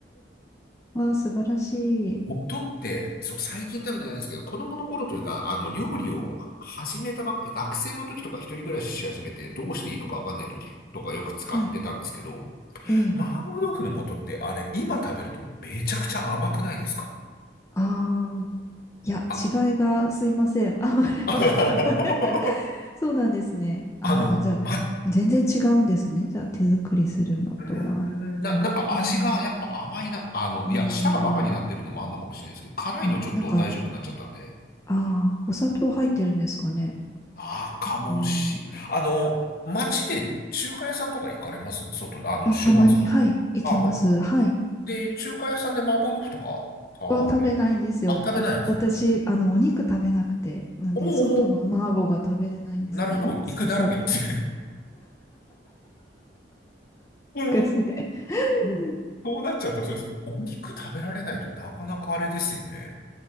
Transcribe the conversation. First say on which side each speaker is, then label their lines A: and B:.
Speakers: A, on the left; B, on the left.
A: わあ、素晴らしい。
B: 元って、そう、最近食べてないんですけど、子供の頃というか、あの、料理を始めたばっかり、学生の時とか一人暮らしし始めて、どうしていいのかわかんない時とかよく使ってたんですけど、
A: はい。ええ。
B: 麻婆豆腐の素ってあれ、今食べるとめちゃくちゃ甘くないですか
A: ああ、いや、
B: あ、
A: 違いが、すいません。<laughs> あまりわかんない
B: <laughs>
A: <laughs> そうなんですね。ああ、
B: あの、
A: じゃあ、
B: ま、
A: 全然違うんですね。じゃあ、手作りするのとは。
B: うーんな、
A: ありうん。
B: なんか味がやっぱ甘いな、あの、
A: うーん。
B: いや、舌がバカになってるのもあんのかもしれないですけど、辛いのちょっと大丈夫になっちゃったんで、
A: あ、なんか、ああ、お砂糖入ってるんですかね。
B: ああ、かもし。
A: うん。
B: あの、街で中華屋さんとか行かれます外、あの、
A: あ、
B: 週末。
A: たまに、はい、行きます。
B: あ、ほ
A: はい。
B: で、中華屋さんで麻婆豆腐とか食べ、
A: は食べないんですよ。
B: あ、食べないです。
A: あ、私、あの、お肉食べなくて、なんで、
B: おーお
A: 外の麻婆が食べれないんですね。
B: ー、なるほど。
A: そうそう。
B: 肉だらけです。<laughs> うん。
A: 昔。うん
B: そうなっちゃうとそうです。お肉食べられないとなかなかあれですよね。